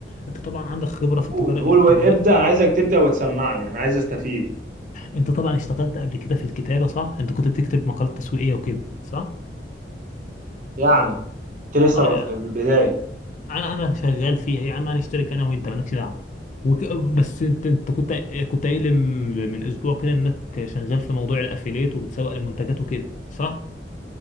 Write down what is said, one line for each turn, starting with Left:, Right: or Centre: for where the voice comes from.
Left: انت طبعا عندك خبره في التجاره
Right: قول قول
Left: الالكترونيه
Right: ابدا انا عايزك تبدا وتسمعني انا عايز استفيد
Left: انت طبعا اشتغلت قبل كده في الكتابة صح؟ انت كنت بتكتب مقالات تسويقية وكده صح؟
Right: يعني انت لسه
Left: آه،
Right: في البدايه
Left: انا انا شغال فيها يا عم هنشترك انا وانت مالكش دعوة وك... بس انت انت كنت كنت قايل لي من من اسبوع كده انك شغال في موضوع الافيليت وبتسوق لمنتجات وكده صح؟